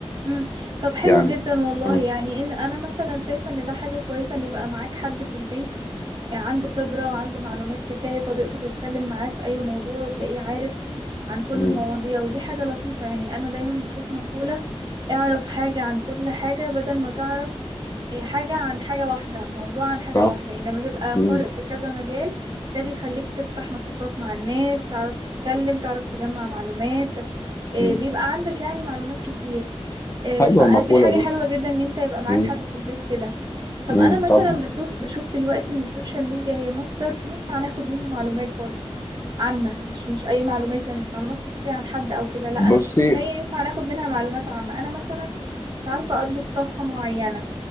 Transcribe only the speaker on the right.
مم. طب حلو
جدا والله
يعني ان انا مثلا شايفه ان ده حاجه كويسه ان يبقى معاك حد في البيت آه، عنده خبره وعنده معلومات كفايه فتقدر تتكلم معاه في اي موضوع وتلاقيه عارف عن كل
المواضيع ودي حاجه لطيفه يعني انا دايما بشوف مقوله اعرف حاجه عن كل حاجه بدل ما تعرف إيه، حاجه عن حاجه واحده موضوع عن حاجه
واحده يعني لما تبقى قارئ
في كذا مجال ده بيخليك تفتح نقاشات مع الناس تعرف تتكلم تعرف تجمع معلومات إيه،
بيبقى عندك يعني معلومات كتير آه،
فدي
حاجة
حلوة جدا ان انت يبقى معاك
حد في البيت كده طب
انا مثلا
بشوف بشوف دلوقتي ان السوشيال ميديا هي مصدر ينفع ناخد منه معلومات برضو عامة مش مش اي معلومات يعني مش معلومات شخصية عن حد او كده لا
انا بشوف ان هي ينفع ناخد منها معلومات عامة انا مثلا مش عارفة اطبخ طبخة معينة